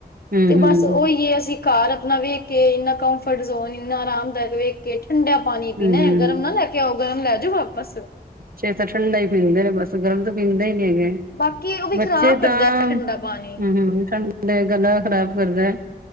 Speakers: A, on the right; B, on the left.
A: ਹਮ
B: ਤੇ
A: ਹਮ
B: ਬਸ ਉਹੀ ਹੈ ਅਸੀਂ। ਘਰ ਆਪਣਾ ਵੇਖ ਕੇ, ਇੰਨਾ ਕੰਫਰਟ ਜ਼ੋਨ, ਇੰਨਾ ਆਰਾਮਦਾਇਕ ਵੇਖ ਕੇ ਠੰਡਾ ਪਾਣੀ। ਪੀਣੇ,
A: ਹਮ
B: ਗਰਮ ਨਾ ਲੈ ਕੇ ਆਓ, ਗਰਮ ਲੈ ਜਾਓ ਵਾਪਸ।
A: ਫੇਰ ਤਾਂ ਠੰਡਾ ਹੀ ਪੀਂਦ ਬਸ, ਗਰਮ ਤਾਂ ਪੀਂਦੇ ਹੀ ਨਹੀ ਹੈਗੇ।
B: ਬਾਕੀ ਉਹ ਵੀ
A: ਬੱਚੇ
B: ਖ਼ਰਾਬ ਕਰਦਾ
A: ਤਾਂ
B: ਹੈ ਠੰਡਾ ਪਾਣੀ
A: <unintelligible> ਗਲਾ ਖ਼ਰਾਬ ਕਰਦਾ।